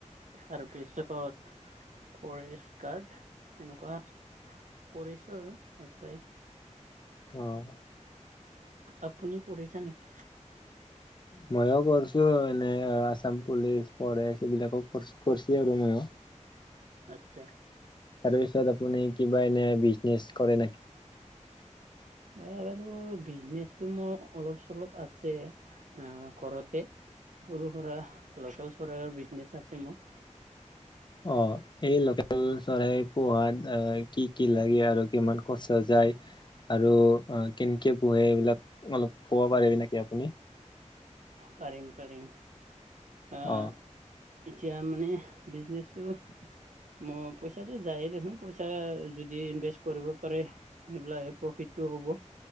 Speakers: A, on the right; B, on the left.
A: তাৰপিছত। ফৰেষ্ট গাৰ্ড সেনেকুৱা কৰিছো আৰু এপ্লাই।
B: অঁ।
A: আপুনি কৰিছা নেকি?
B: মইও কৰিছো এনে আছাম পুলিচ, ফৰেষ্ট এইবিলাকোছ কৰিছে আৰু ময়ো।
A: আচ্ছা।
B: তাৰপিছত আপুনি কিবা এনে বিজনেচ কৰে নেকি? উ।
A: বা বাৰু বিজনেচটো মোৰ অলপ চলপ আছে। অ' ঘৰতে সৰু সুৰা লোকেল চৰাইৰ বিজনেচ আছে মোৰ।
B: অ' এই লোকেল চৰাই পোহাত, আহ কি কি লাগে আৰু কিমান খচ যায়। আৰু কেনেকৈ পোহে এইবিলাক অলপ ক'ব পাৰিবি নকি আপুনি?
A: পাৰিম- পাৰিম আহ।
B: অ
A: এতিয়া মানে বিজনেছটো। মই পইচাটো যায়ে দেখোন, পইচা যদি ইনভেষ্ট কৰিব পাৰে।। সেইবিলাকে প্ৰফিটটো হ'ব